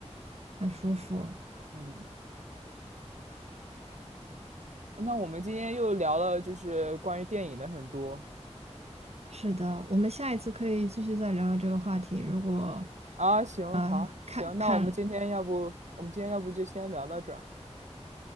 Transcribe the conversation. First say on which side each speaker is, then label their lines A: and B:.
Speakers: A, on the right; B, on the right.
A: 很舒服。
B: <laughs> 嗯，那我们今天又聊了就是关于电影的很多。
A: 是的，我们下一次可以继续再聊聊这个话题。如果，
B: 啊，行，
A: 呃，
B: 好，行，
A: 看看
B: 那我们今天要不，我们今天要不就先聊到这儿